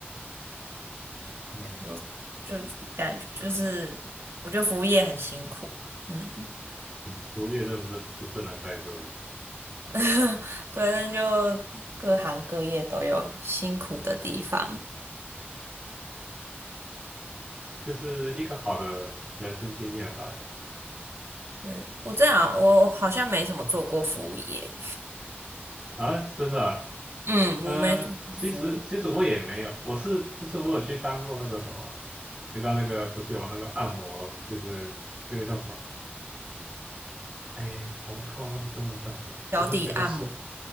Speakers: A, on the right (about 25°); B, on the right (about 75°).
A: 嗯，
B: 就就感觉就是，我觉得服务业很辛苦，嗯，
A: 对服务业这不是不是人在做的，
B: <laughs> 对，那就各行各业都有辛苦的地方。
A: 就是一个好的人生经验吧。
B: 对我这样，我好像没什么做过服务业，
A: 啊，真的啊
B: 嗯，
A: 嗯、
B: 我没做过服务业，
A: 其实其实我也没有，我是就是我有去当过那个什么，你知道那个不是有那个按摩，就是那个叫什么？哎，我突然忘记中文叫什么，
B: 脚底按摩，
A: 就是那个师，